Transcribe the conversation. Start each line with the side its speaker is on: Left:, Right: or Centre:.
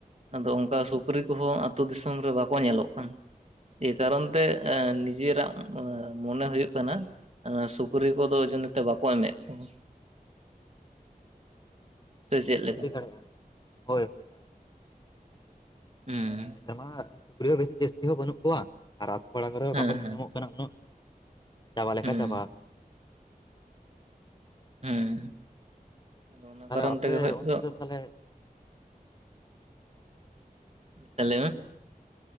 Right: ᱟᱫᱚ ᱚᱝᱠᱟ ᱥᱩᱠᱨᱤ ᱠᱚᱦᱚᱸ ᱟᱹᱛᱩ ᱫᱤᱥᱚᱢ ᱨᱮ ᱵᱟᱠᱚ ᱧᱮᱞᱚᱜ ᱠᱟᱱᱟ᱾ ᱮ ᱠᱟᱨᱚᱱ ᱛᱮ, ᱟ ᱱᱤᱡ ᱡᱤᱭᱟᱹ ᱨᱟᱜ ᱢᱚᱱᱮ ᱦᱳᱭᱜ ᱠᱟᱱᱟ, ᱥᱩᱠᱨᱤ ᱠᱚᱫᱚ ᱳᱡᱚᱱᱮ ᱛᱮ ᱵᱟᱠᱚ ᱮᱢᱮᱫ ᱠᱚᱣᱟ᱾
Left: ᱠᱟᱱᱟ
Right: ᱥᱮ ᱪᱮᱫ ᱞᱮᱠᱟ?
Left: ᱦᱩᱭ ᱫᱟᱲᱮᱭᱟᱜᱼᱟ᱾ ᱦᱳᱭ ᱦᱚᱭ᱾
Right: ᱦᱩᱸ
Left: ᱱᱮᱛᱟᱨ ᱢᱟ ᱥᱩᱠᱨᱤ ᱦᱚᱸ ᱵᱮᱥᱤ ᱡᱟᱹᱥᱛᱤ ᱦᱚᱸ ᱵᱟᱹᱱᱩᱜ ᱠᱚᱣᱟ᱾ ᱟᱨᱟᱛᱳ ᱯᱟᱲᱟ ᱠᱚᱨᱮ
Right: ᱦᱮᱸ
Left: ᱵᱟᱠᱚ ᱧᱮᱞ
Right: ᱦᱮᱸ
Left: ᱧᱟᱢᱚᱜ ᱠᱟᱱᱟ ᱩᱱᱟᱹᱜ᱾ ᱪᱟᱵᱟ ᱞᱮᱠᱟ
Right: ᱦᱩᱸ
Left: ᱪᱟᱵᱟ ᱟᱠᱟᱱᱟ ᱠᱚ
Right: ᱦᱩᱸ ᱟᱫᱚ ᱚᱱᱟ
Left: ᱛᱟᱦᱚᱞᱮ
Right: ᱠᱟᱨᱚᱱ
Left: ᱟᱯᱮ
Right: ᱛᱮᱜᱮ ᱦᱳᱭᱛᱚ᱾
Left: ᱚᱱᱛᱮ ᱫᱚ ᱛᱟᱦᱚᱞᱮ
Right: ᱥᱟᱞᱟᱹᱭ ᱢᱮ,